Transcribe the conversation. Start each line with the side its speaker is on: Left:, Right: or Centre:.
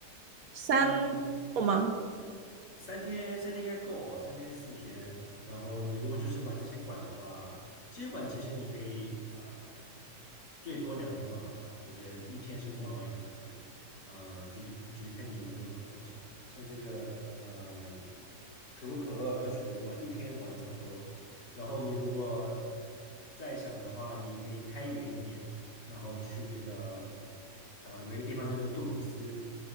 Right: 三周吗？
Left: 嗯。三天三天应该够哦，三天四天。然后你如果就是玩这些馆的话，这些馆其实你可以呃最多两天玩玩吧，我觉得一天甚至玩玩也可以。呃，就是就是看你能够做多少。像这个嗯、可口可乐跟水族馆一天玩差不多。然后你如果再想的话，你可以开远一点，然后去这个呃我们有一个地方叫做杜鲁斯。